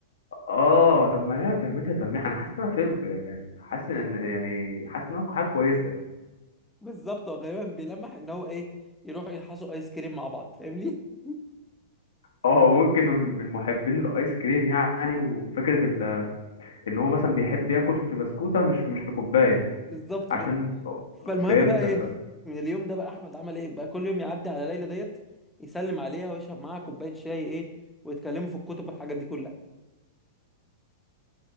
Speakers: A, on the left; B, in the centre.
A: اه طب ما هي فهمتها تلميح انا حاسس ان انا فهمته يعني حاسس ان يعني حاسس ان هو حاجه كويسه
B: بالظبط هو غالبا بيلمح ان هو ايه يروحوا يحصوا ايس كريم مع بعض فاهمني <laughs>
A: اه ممكن من من محبين الايس كريم يعني وفكره ال- ان هو مثلا بيحب ياكل في بسكوته مش مش في كوبايه
B: بالظبط
A: عشان
B: كده فالمهم
A: فهمتك
B: بقى ايه
A: اه.
B: من اليوم ده بقى احمد عمل ايه بقى كل يوم يعدي على ليلى ديت يسلم عليها ويشرب معاها كوبايه شاي ايه ويتكلموا في الكتب والحاجات دي كلها